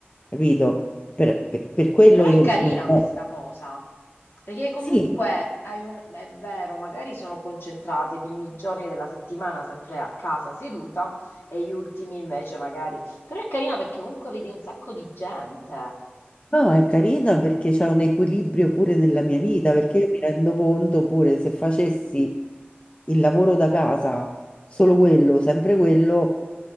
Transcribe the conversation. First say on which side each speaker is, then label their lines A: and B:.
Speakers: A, on the left; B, on the left.
A: capito? Per, per- per quello
B: Però è
A: io
B: carina
A: non... non-
B: questa cosa, perché sì, comunque
A: Sì,
B: hai un- è vero, magari sono concentrati i primi giorni della settimana sempre a casa seduta e gli ultimi invece magari. Però è carina perché comunque vedi un sacco di gente.
A: No, è carina perché c'è un equilibrio pure nella mia vita,
B: Mm,
A: perché io mi rendo conto pure se facessi il lavoro da casa, solo quello, sempre quello,